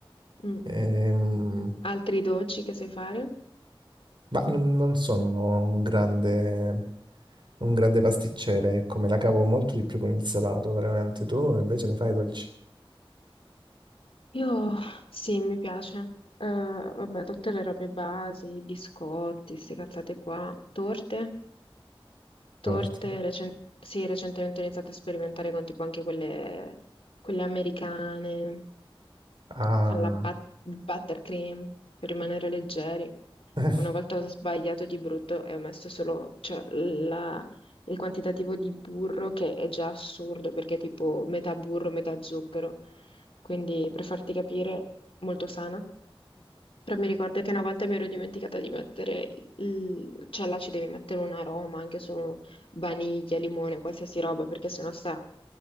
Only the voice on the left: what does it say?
Mm.
Altri dolci che sai fare?
Io sì, mi piace. Eh, vabbè, tutte le robe basi, biscotti, queste cazzate qua, torte, torte,
recen- sì, recentemente ho iniziato a sperimentare con tipo anche quelle, quelle americane.
con la bat- buttercream per rimanere leggeri.
Una volta ho sbagliato di brutto e ho messo solo, cioè, la- il quantitativo di burro che è già assurdo perché è tipo metà burro, metà zucchero. Quindi per farti capire, molto sana. Però mi ricordo che una volta mi ero dimenticata di mettere, il... cioè là ci devi mettere un aroma, anche solo vaniglia, limone, qualsiasi roba, perché sennò sta